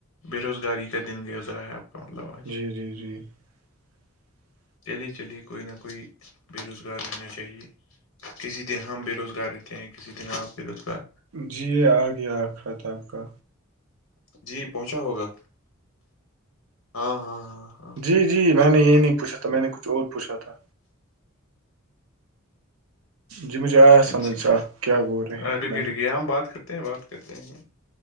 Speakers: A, on the left; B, on the right.
A: بے روزگاری کا دن گزرا ہے اب کالواج
B: جی
A: <inaudible>
B: جی جی <inaudible> <inaudible>
A: چلے چلیے کوئی نہ کوئی بےرزگار رہنا چاہیے کسی دن ہم بے روزگار رہتے ہیں کسی دن آپ بے روزگار
B: جی یہ آ گیاکھھا تھا آپ کا
A: جی پہنچا ہوگا ہاں ہاں ہاں ہاں
B: جی جی میں نے یہ نہیں پوچھا تھا میں نے کچھ اور پوچھا تھا جی مجھے آیا سمجھ
A: اچھا
B: آپ کیا بول رہے ہیں
A: رکی
B: میں نے
A: رکی ہم بات کرتے بات کرتے ہیں